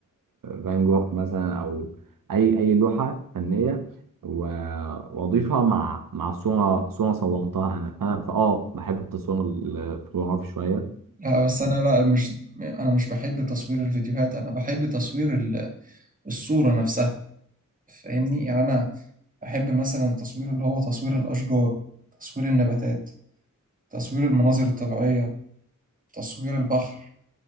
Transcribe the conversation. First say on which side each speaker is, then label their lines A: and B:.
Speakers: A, on the right (about 80°); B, on the right (about 25°).
A: فان جوخ مثلا او اي اي لوحه فنيه و- واضيفها مع مع صوره صوره صورتها انا انا فاه بحب التصوير الفوتوغرافي شويه
B: لا بس أنا بقى مش أنا مش بحب تصوير الفيديوهات أنا بحب تصوير ال- الصورة نفسها فاهمني؟ يعني أنا أحب مثلا تصوير اللي هو تصوير الأشجار تصوير النباتات تصوير المناظر الطبيعية تصوير البحر